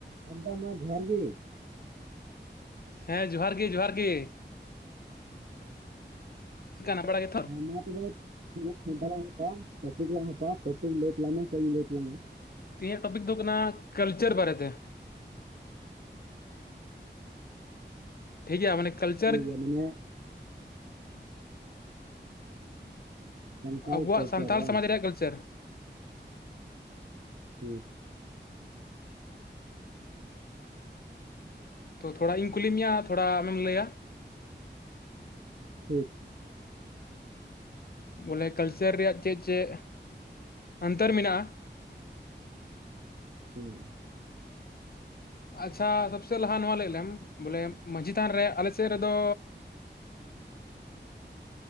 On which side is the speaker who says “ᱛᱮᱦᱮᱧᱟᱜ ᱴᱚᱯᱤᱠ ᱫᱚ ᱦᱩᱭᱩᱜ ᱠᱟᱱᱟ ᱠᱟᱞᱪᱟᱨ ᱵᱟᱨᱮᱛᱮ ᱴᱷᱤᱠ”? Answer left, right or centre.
Left